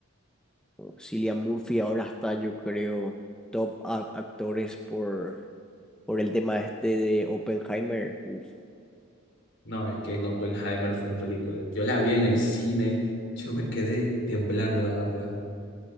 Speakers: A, in the centre; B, on the left.
A: Cillian Murphy ahora está, yo creo, top a- actores por, por el tema este de Oppenheimer. Uf.
B: No, es que en Oppenheimer fue un película. Yo la vi en el cine, yo me quedé temblando, la verdad.